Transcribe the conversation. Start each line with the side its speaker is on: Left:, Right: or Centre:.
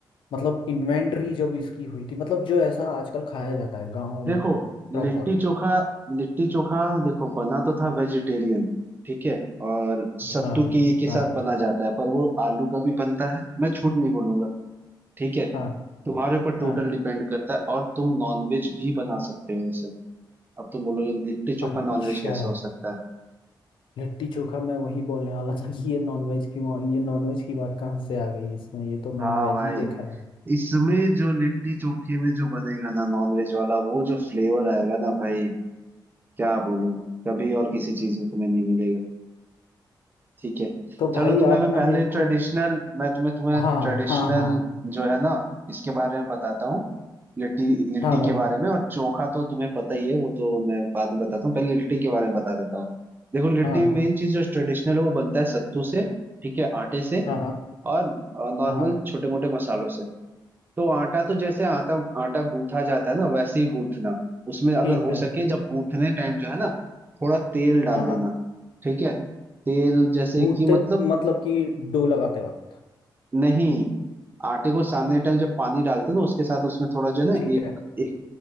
Left: मतलब इन्वेंटरी जब इसकी हुई थी मतलब जो ऐसा आजकल खाया जाता है गाँव में
Right: देखो
Left: प्रॉपर
Right: लिट्टी चोखा लिट्टी चोखा देखो बना तो था वेजिटेरियन ठीक है और सत्तू
Left: हाँ
Right: के ये के
Left: हाँ
Right: साथ बना जाता है पर वो आलू का भी बनता है मैं झूठ नहीं बोलूंगा ठीक है
Left: हाँ
Right: तुम्हारे ऊपर टोटल
Left: हाँ
Right: डिपेंड करता है और तुम नॉनवेज भी बना सकते हो उसे अब तुम बोलोगे लिट्टी चोखा
Left: अच्छा
Right: नॉनवेज कैसे हो सकता है
Left: लिट्टी चोखा मैं वही बोलने वाला था कि ये नॉनवेज की ये नॉनवेज की बात कहाँ से आ गई इसमें ये तो मैंने
Right: हाँ
Left: वेज
Right: भाई
Left: ही देखा है
Right: इसमें जो लिट्टी चोखे में जो बनेगा ना नॉनवेज वाला वो जो फ्लेवर आएगा ना भाई क्या बोलूं कभी और किसी चीज में तुम्हें नहीं मिलेगा ठीक है
Left: तो
Right: चलो
Left: भाई
Right: तुम्हें
Left: आप
Right: मैं
Left: ना
Right: पहले
Left: मेरे
Right: ट्रेडिशनल
Left: को
Right: मैं तुम्हें तुम्हें
Left: हाँ
Right: ट्रेडिशनल
Left: हाँ हाँ
Right: जो है ना इसके बारे में बताता हूँ लिट्टी लिट्टी
Left: हाँ भाई
Right: के बारे में और चोखा तो तुम्हें पता ही है वो तो मैं बाद में बताता हूँ पहले लिट्टी के बारे में बता देता हूँ देखो लिट्टी
Left: हाँ हाँ
Right: मेन चीज जो ट्रेडिशनल है वो बनता है सत्तू से ठीक है आटे से
Left: हाँ हाँ
Right: और नॉर्मल
Left: हाँ हाँ,
Right: छोटे मोटे मसालों से तो आटा तो जैसे आटा आटा गूंथा जाता है ना वैसे ही गूंथना उसमें अगर
Left: ठीक
Right: हो
Left: है
Right: सके जब गूंथने टाइम जो है ना थोड़ा तेल डाल
Left: हाँ
Right: देना
Left: हाँ
Right: ठीक है तेल जैसे
Left: भूनते
Right: कि मतलब
Left: मतलब कि डो लगाते वक्त
Right: नहीं आटे को सानने टाइम जब पानी डालते हो ना उसके साथ उसमें थोड़ा जो है ना
Left: ठीक
Right: एक
Left: है
Right: एक